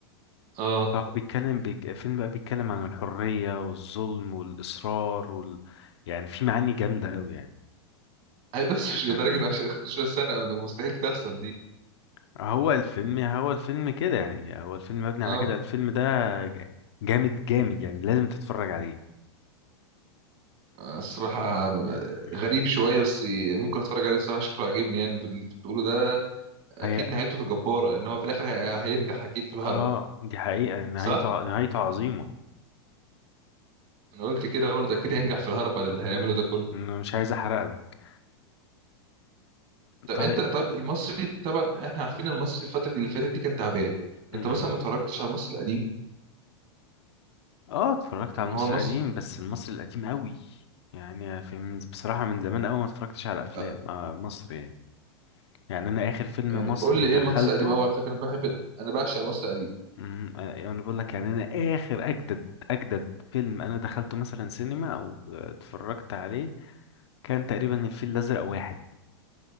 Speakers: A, on the right (about 45°); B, on the left (about 75°).
A: اه
B: فهو بيتكلم بيك... فيلم بقى بيتكلم عن الحرية والظلم والإصرار وال... يعني في معاني جامدة قوي يعني
A: اي بس
B: <clears throat>
A: مش لدرجه 10 15 سنه ده مستحيل تحصل دي
B: هو الفيلم هو الفيلم كده يعني هو الفيلم مبني
A: اه
B: على كده الفيلم ده ج- جامد جامد يعني لازم تتفرج عليه
A: الصراحه
B: <clears throat>
A: غريب شويه بس ممكن اتفرج عليه الصراحه شكله عاجبني يعني باللي انت بتقوله ده اكيد
B: هي
A: نهايته جباره ان هو في الاخر هي- هينجح اكيد في الهرب
B: اه دي حقيقة نهايته
A: صح
B: ع- نهايته عظيمة
A: انا قلت كده برضه اكيد
B: مم.
A: هينجح في الهرب على اللي
B: مم.
A: هيعمله ده كله
B: انا مش عايز احرق لك
A: طب
B: طيب
A: انت طب المصري طبعا احنا عارفين المصري الفترة دي اللي فاتت دي كان تعبان
B: مم.
A: انت مثلا ما اتفرجتش على المصري القديم
B: اه اتفرجت
A: ان
B: على المصري
A: هو المصري
B: القديم بس المصري القديم قوي يعني في من بصراحة من زمان قوي ما اتفرجتش على افلام
A: اه،
B: آه مصر يعني يعني انا اخر فيلم
A: يعني
B: مصري
A: قول لي
B: دخلته
A: ايه المصري القديم هو على فكرة انا بحب انا بعشق المصري القديم
B: مم. آه يعني أنا بقول لك يعني انا اخر اجدد اجدد فيلم انا دخلته مثلا سينما او آه، اتفرجت عليه كان تقريبا الفيل الازرق واحد